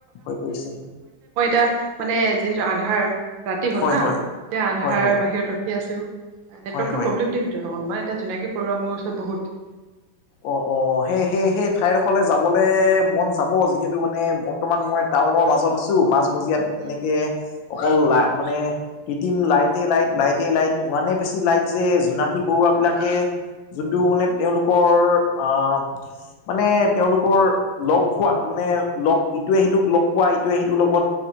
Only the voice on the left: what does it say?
হৈ গৈছে।
হয়
হয়
হয় হয়
হয় হয়
অ', অ', সেই সেই সেই ঠাইডোখৰলে যাবলে মন যাব যিহেতু মানে বৰ্তমান মই টাউনৰ মাজত আছো মাজ মজিয়াত এনেকে
অকল লা মানে কৃত্ৰিম লাইটে লাইট লাইটে লাইট ইমানে বেছি লাইট যে জোনাকী পৰুৱা বু বিলাকে, যোনটো মানে তেওঁলোকৰ <unintelligible> আহ মানে তেওঁলোকৰ লগ হোৱা মানে লগ ইটোৱে সিটোক লগ পোৱা ইটোৱে সেইটোৰ লগত।